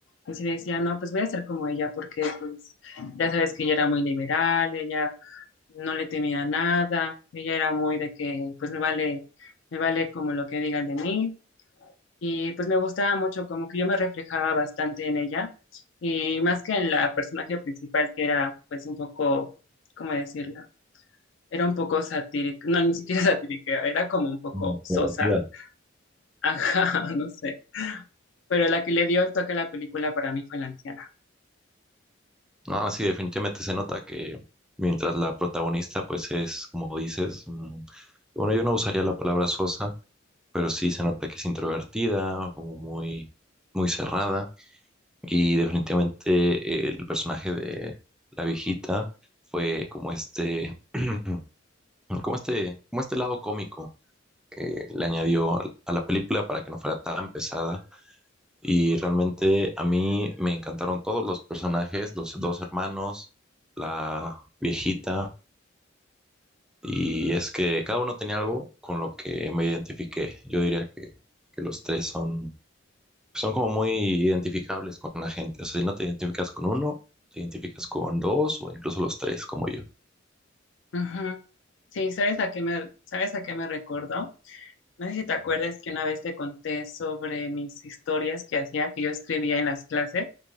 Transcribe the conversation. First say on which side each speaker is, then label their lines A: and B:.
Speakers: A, on the left; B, in the centre.
A: Y sí decía, no, pues voy a ser como ella, porque pues ya sabes que ella era muy liberal, ella no le temía a nada, ella era muy de que pues me vale, me vale como lo que digan de mí. Y pues me gustaba mucho, como que yo me reflejaba bastante en ella, y más que en la personaje principal, que era pues un poco, ¿cómo decirlo? Era un poco satírica, no, ni siquiera <laughs> satírica, era como un poco
B: divertida.
A: sosa Ajá, <laughs> no sé. Pero la que le dio el toque a la película para mí fue la anciana.
B: Ah, sí, definitivamente se nota que mientras la protagonista, pues es, como dices, mm, bueno, yo no usaría la palabra sosa, pero sí se nota que es introvertida, como muy, muy cerrada. Y definitivamente eh, el personaje de la viejita fue como este, <clears throat> como este, como este lado cómico que le añadió a la película para que no fuera tan pesada Y realmente a mí me encantaron todos los personajes, los dos hermanos, la viejita, y es que cada uno tenía algo con lo que me identifiqué. Yo diría que, que los tres son, son como muy identificables con la gente. O sea, si no te identificas con uno, te identificas con dos o incluso los tres, como yo.
A: Ujú. Sí, ¿sabes a qué me, sabes a qué me recordó? No sé si te acuerdas que una vez te conté sobre mis historias que hacía, que yo escribía en las clases,